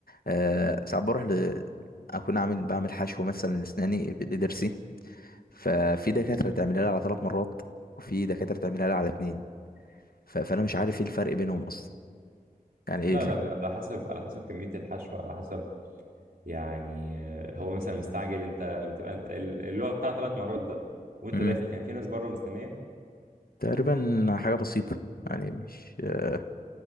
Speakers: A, on the left (about 75°); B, on the right (about 70°).
A: آه ساعات بروح ل... اكون عامل بعمل حشو مثلا لاسناني بضرسي ففي دكاترة تعملها لي على ثلاث مرات وفي دكاترة تعملها لي على اتنين ف... فانا مش عارف ايه الفرق بينهم اصلا يعني
B: لا
A: ايه الف...
B: لا بيبقى على حسب على حسب كمية الحشو على حسب يعني آه، هو مثلا مستعجل انت بتبقى انت ال- اللي هو بتاع ثلاث مرات ده وانت
A: مم.
B: داخل كان في ناس بره مستنية
A: تقريبا حاجة بسيطة يعني مش آه